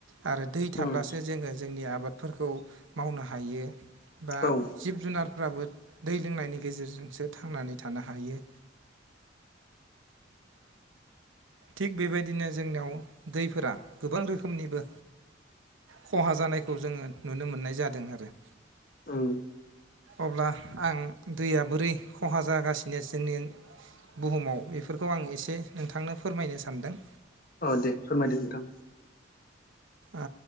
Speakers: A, on the right; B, on the left.
A: आरो दै थाब्लासो
B: उम
A: जोङो जोंनि आबाद फोरखौ मावनो हायो। बा
B: औ
A: जिब जुनारफ्राबो दै लोंनायनि गेजेरजोंसो थांनानै थानो हायो। थिग बेबायदिनो जोंनियाव दैफोरा गोबां रोखोमनिबो खहा जानायखौ जोङो नुनो मोननाय जादों आरो।
B: उम।
A: अब्ला आं दैया बोरै खहा जागासिनो जोंनि बुहुमाव बेफोरखौ आं एसे नोंथांनो फोरमायनो सानदों
B: औ दे फोरमायदो नोंथां।
A: ओ